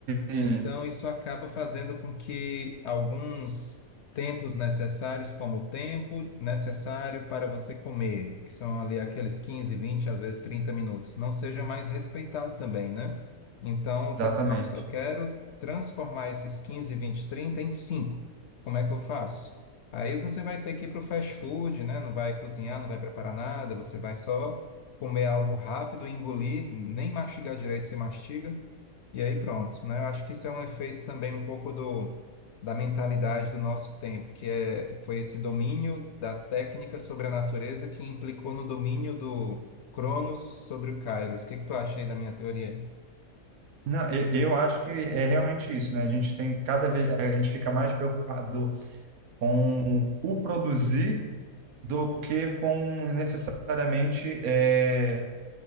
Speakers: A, on the right; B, on the left.
A: Sim.
B: Então, isso acaba fazendo com que alguns tempos necessários, como o tempo necessário para você comer, que são ali aqueles 15, 20, às vezes 30 minutos, não seja mais respeitado também, né? Então,
A: Exatamente.
B: o pessoal, não, eu quero transformar esses 15, 20, 30 em 5. Como é que eu faço? Aí você vai ter que ir para o fast food, né? Não vai cozinhar, não vai preparar nada, você vai só comer algo rápido, engolir, nem mastigar direito, você mastiga e aí pronto, né? Eu acho que isso é um efeito também um pouco do, da mentalidade do nosso tempo, que é, foi esse domínio da técnica sobre a natureza que implicou no domínio do Cronos sobre o Kairos. O que que tu acha aí da minha teoria?
A: Não, eu, eu acho que é realmente isso, né? A gente tem cada vez, a gente fica mais preocupado com o produzir do que com necessariamente é,